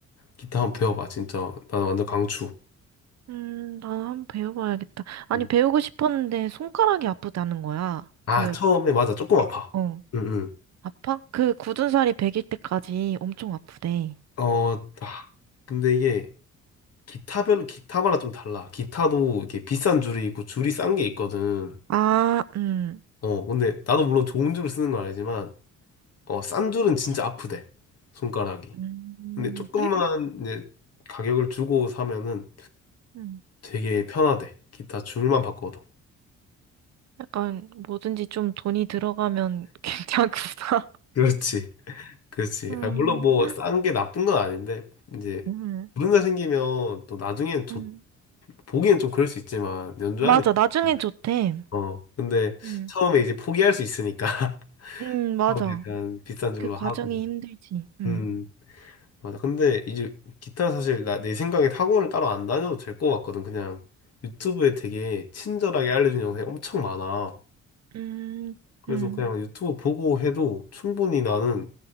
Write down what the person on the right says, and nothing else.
음, 나도 한번 배워봐야겠다. 아니,
배우고 싶었는데 손가락이 아프다는 거야.
그,
어,
아파? 그 굳은 살이 배길 때까지 엄청 아프대.
아, 음,
음.
음.
약간 뭐든지 좀 돈이 들어가면 <laughs> 괜찮구나.
음.
음.
음.
맞아,
나중엔 좋대.
음.
음, 맞아.
그 과정이
힘들지. 음.
음.
음.